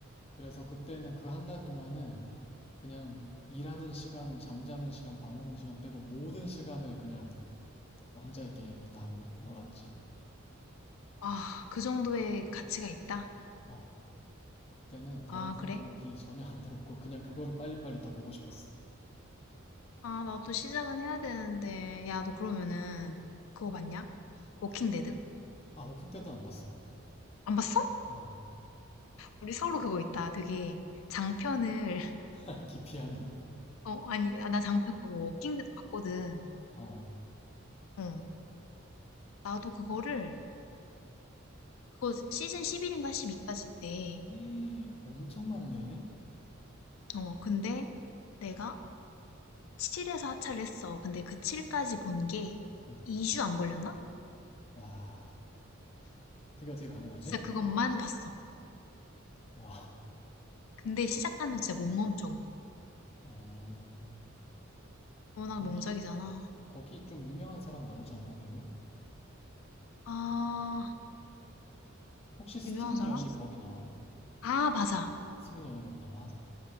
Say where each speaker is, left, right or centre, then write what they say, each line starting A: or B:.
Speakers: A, on the left; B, on the left.
A: 그래서 그때는 그 한 달 동안은 그냥 일하는 시간, 잠자는 시간, 밥 먹는 시간 빼고 모든 시간을 그냥 왕좌의 게임에 다 몰- 몰았지.
B: 아, 그 정도의 가치가 있다?
A: 어. 그때는 다른
B: 아,
A: 생각이
B: 그래?
A: 전혀 안 들었고 그냥 그거를 빨리빨리 더 보고 싶었어.
B: 아, 나도 시작은 해야 되는데. 야, 너 그러면은 그거 봤냐? 워킹 데드?
A: 아, 워킹 때도 안 봤어.
B: 안 봤어?
A: 어.
B: 우리 서로 그거 있다. 되게 장편을 <laughs>
A: <laughs> 기피하는.
B: 어, 아니, 아, 나 장편 그거 워킹 데드 봤거든.
A: 어. <gasps>
B: 어. 나도 그거를 그거 시즌 11인가 12까지 있대.
A: <laughs> 엄청 많네.
B: 어, 근데 내가 7에서 하차를 했어. 근데 그 7까지 본 게
A: 응.
B: 2주 안 걸렸나?
A: 와. 그게 어떻게 가능하지?
B: 진짜 그것만 봤어.
A: 와.
B: 근데 시작하면 진짜 못 멈춰. 그것도.
A: 아.
B: 워낙
A: 거기
B: 명작이잖아.
A: 거기 좀 유명한 사람 나오지 않나, 배우?
B: 아,
A: 혹시 스티븐
B: 유명한 사람?
A: 연이 거기 나와?
B: 아, 맞아.
A: 스티븐 연이 거기 나와?